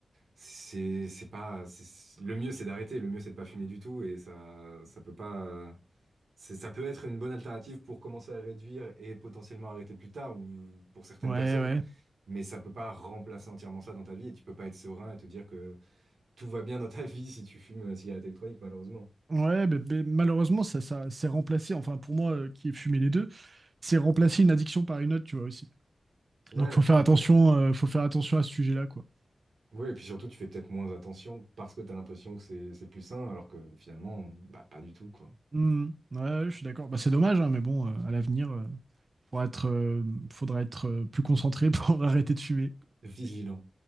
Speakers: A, on the right; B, on the right.
A: c'est c'est pas c'est- le mieux c'est d'arrêter, le mieux c'est de pas fumer du tout et ça ça peut pas c'est- ça peut être une bonne alternative pour commencer à réduire et potentiellement arrêter plus tard ou pour certaines
B: Ouais,
A: personnes,
B: ouais.
A: mais ça peut pas remplacer entièrement ça dans ta vie et tu peux pas être serein et te dire que tout va bien dans ta vie si tu fumes une cigarette électronique malheureusement.
B: Ouais, mais, mais malheureusement, ça, ça c'est remplacé, enfin pour moi euh, qui ai fumé les deux, c'est remplacé une addiction par une autre, tu vois aussi.
A: Ouais,
B: Donc faut faire attention,
A: mais-
B: euh, faut faire attention à ce sujet-là, quoi.
A: Oui, et puis surtout tu fais peut-être moins attention parce que tu as l'impression que c'est c'est plus sain alors que finalement bah pas du tout quoi.
B: Hmm. Ouais, je suis d'accord. Bah, c'est dommage, hein, mais bon, euh, à l'avenir. euh, Pour être, euh, faudra être euh, plus concentré <laughs> pour arrêter de fumer.
A: Vigilant.